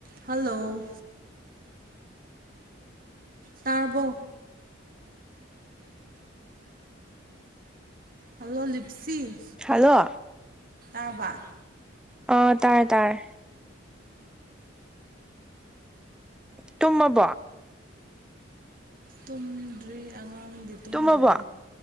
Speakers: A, on the right; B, in the centre.
A: hello ꯇꯥꯔꯔꯕꯣ hello ꯂꯤꯞꯁꯤ
B: hello
A: ꯇꯥꯔꯕ
B: ꯑ ꯇꯔꯦ ꯇꯔꯦ ꯇꯨꯝꯃꯕꯣ
A: ꯇꯨꯝꯗ꯭ꯔꯤ ꯑꯉꯥꯡꯗꯤ ꯇꯨꯝꯈ꯭ꯔꯦ
B: ꯇꯨꯝꯃꯕꯣ